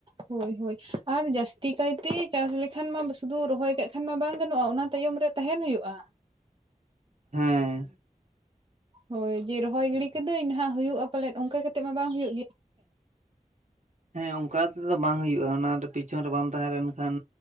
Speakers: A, on the right (about 35°); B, on the right (about 60°).
A: ᱦᱳᱭ ᱦᱳᱭ ᱟᱨ ᱡᱟᱹᱥᱛᱤ ᱠᱟᱭᱛᱮ ᱪᱟᱥ ᱞᱮᱠᱷᱟᱱ ᱢᱟ ᱥᱩᱫᱩ ᱨᱚᱦᱚᱭ ᱠᱟᱜ ᱠᱷᱟᱱ ᱢᱟ ᱵᱟᱝ ᱜᱟᱱᱚᱜ-ᱟ, ᱚᱱᱟ ᱛᱟᱭᱚᱢ ᱨᱮ ᱛᱟᱦᱮᱱ ᱦᱩᱭᱩᱜ-ᱟ᱾
B: ᱦᱮᱸᱻ
A: ᱦᱳᱭ ᱡᱮ ᱨᱚᱦᱚᱭ ᱜᱤᱰᱤ ᱠᱟᱹᱫᱟᱹᱧ ᱱᱟᱦᱟᱜ ᱦᱩᱭᱩᱜ-ᱟ ᱯᱟᱞᱮᱫ ᱚᱱᱠᱟ ᱠᱟᱛᱮᱜ ᱢᱟ ᱵᱟᱝ ᱦᱩᱭᱩᱜ ᱜᱮ᱾
B: ᱦᱮᱸ ᱚᱱᱠᱟ ᱛᱮᱫᱚ ᱵᱟᱝ ᱦᱩᱭᱩᱜ-ᱟ ᱚᱱᱟᱨᱮ ᱯᱤᱪᱷᱚᱱ ᱨᱮ ᱵᱟᱢ ᱛᱟᱦᱮᱸ ᱞᱮᱱ ᱠᱷᱟᱱ